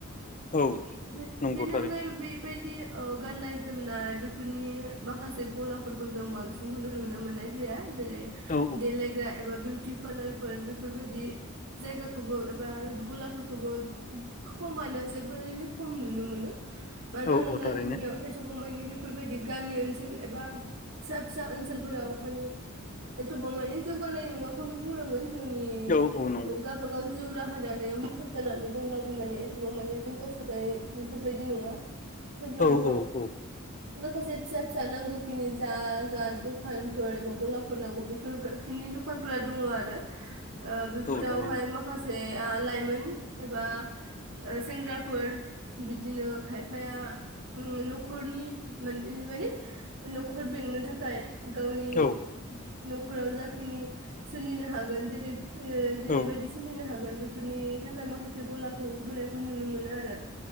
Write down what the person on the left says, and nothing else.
औ
नंगौ
थारै
औ
औ
औ थारैनो
औ औ नंगौ
औ औ औ
औ थारैनो
औ
औ